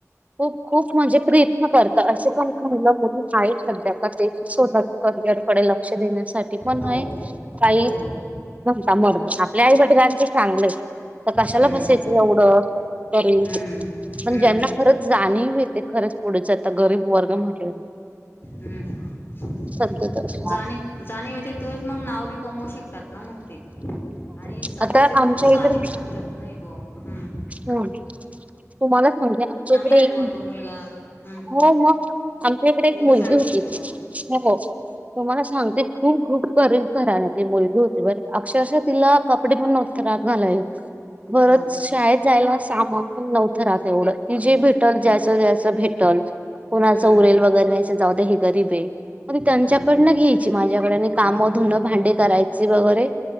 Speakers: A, on the right; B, on the left.
A: खूप खूप म्हणजे प्रीत. करत असे पण मुलं मुण आहे सध्या का स्वतःच्या करिअरसाठी लक्ष देण्यासाठी. पण
B: हो
A: ह काही
B: हो
A: नणता मर आपल्या आई वटिलां ते चांगलं. तर कशाला
B: हम्म
A: बसायच. एवढं तरी
B: हम्म
A: पण
B: हम्म
A: ज्यांना खरंच जाणीव होेते खरंच पुढेच आता गरीब वर्ग म्हटलं.
B: ह्
A: सध्या तर
B: जाणी जाणी होते तोच मग नाव बी. कमव शकतात ना मग ते. आणि समोरचे
A: आता
B: लोक
A: आमच्या
B: साहजिक
A: इकडे
B: सांगतात नाही ब हम.
A: हम्म तुम्हाला सांगते आमच्या इकडे
B: आहे
A: एक.
B: बुवा तो मुलगा हम्म
A: हो मग आमच्या इकडे एक मुलगी
B: चांगली
A: होती
B: आहे बुवा
A: हो. तुम्हाला सांगते खूप खूप कर करा. मुलगी होते बर अक्षरश तिला कपडे पण नव्हते रात घालायला. बरच
B: ह
A: शाळेत जायला सामानण नव्हतं राहत एवढं. ती जे भेटल
B: हम्म
A: जास्सत जास्त भेटल कोणाचं
B: हम्म
A: उरेल वगैरे राहायच जाऊ द हे गरीब आहे. म त्यांच्याकडन
B: हम्म
A: घ्यायची माझ्याकड आणि काम धुनं भांडे करायचे वगैरे.